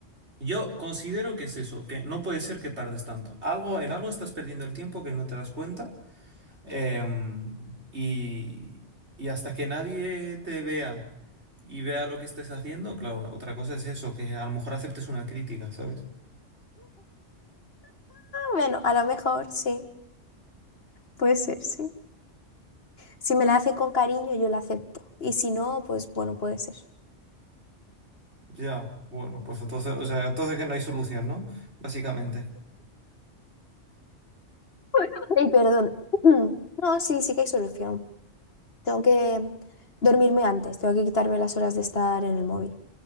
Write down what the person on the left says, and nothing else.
Bueno, a lo mejor sí, puede ser, sí. Si me la hace con cariño, yo la acepto. Y si no, pues bueno, puede ser.
<laughs> Y perdón. <clears throat> No, sí, sí que hay solución. Tengo que dormirme antes, tengo que quitarme las horas de estar en el móvil.